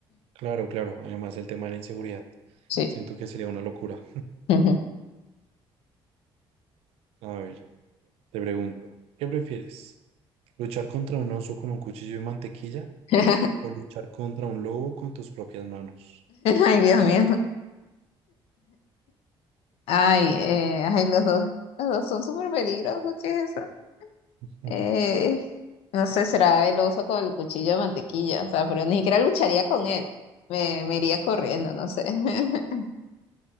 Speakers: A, on the right; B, on the left.
A: Claro, claro. Además, el tema de la inseguridad.
B: Sí.
A: Siento que sería una locura.
B: <laughs>
A: A ver, te pregunto, ¿qué prefieres? ¿Luchar contra un oso con un cuchillo de mantequilla
B: <laughs>
A: o luchar contra un lobo con tus propias manos?
B: Ay, Dios mío. Ay, eh, ay, los dos, los dos son súper peligrosos, ¿qué es eso?
A: Ujú.
B: Eh, no sé, será el oso con el cuchillo de mantequilla, o sea, pero ni siquiera lucharía con él, me, me iría corriendo, no sé. <laughs>